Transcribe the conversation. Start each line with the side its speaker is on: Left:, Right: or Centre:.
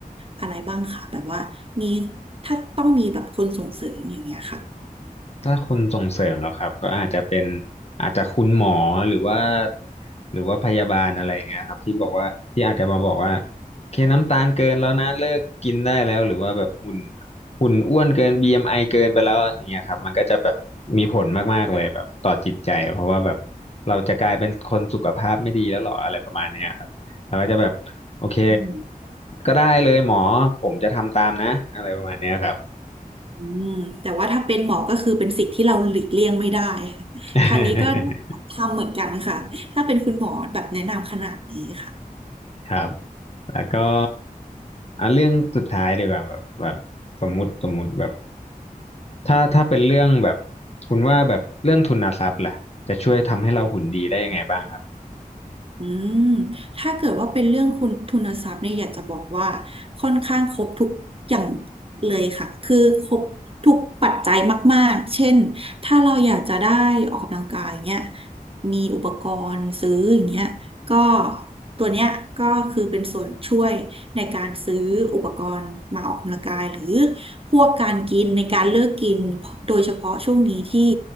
Right: อะไรบ้างคะแบบว่ามีถ้าต้องมีแบบคนส่งเสริมอย่างเงี้ยค่ะ
Left: ถ้าคนส่งเสริมเหรอครับก็อาจจะเป็นอาจจะคุณหมอหรือว่าหรือว่าพยาบาลอะไรอย่างเงี้ยครับที่บอกว่าที่อาจจะมาบอกว่าโอเคน้ำตาลเกินแล้วนะเลิกกินได้แล้วหรือว่าแบบหุ่นหุ่นอ้วนเกิน BMI เอ็มไอเกินไปแล้วอย่างเงี้ยครับมันก็จะแบบมีผลมากๆเลยแบบต่อจิตใจเพราะว่าแบบเราจะกลายเป็นคนสุขภาพไม่ดีแล้วหรออะไรประมาณเนี้ยครับเราก็จะแบบโอเค
Right: อืม
Left: ก็ได้เลยหมอผมจะทำตามนะอะไรประมาณเนี้ยครับ
Right: อืมแต่ว่าถ้าเป็นหมอก็คือเป็นสิ่งที่เราหลีกเลี่ยงไม่ได้ค่ะทางนี้ก็
Left: <laughs>
Right: ทำเหมือนกันค่ะถ้าเป็นคุณหมอแบบแนะนำขนาดนี้ค่ะ
Left: ครับ แล้วก็อ่ะเรื่องสุดท้ายดีกว่าแบบแบบสมมุติสมมุติแบบถ้าถ้าเป็นเรื่องแบบคุณว่าแบบเรื่องทุนทรัพย์ล่ะจะช่วยทำให้เราหุ่นดีได้ยังไงบ้างครับ
Right: อืมถ้าเกิดว่าเป็นเรื่องคุณทุนทรัพย์เนี่ยอยากจะบอกว่าค่อนข้างครบทุกอย่างเลยค่ะคือครบทุกปัจจัยมากๆ เช่น ถ้าเราอยากจะได้ออกกำลังกายเงี้ยมีอุปกรณ์ซื้ออย่างเงี้ยก็ตัวเนี้ยก็คือเป็นส่วนช่วยในการซื้ออุปกรณ์มาออกกำลังกายหรือพวกการกินในการเลือกกินโดยเฉพาะช่วงนี้ที่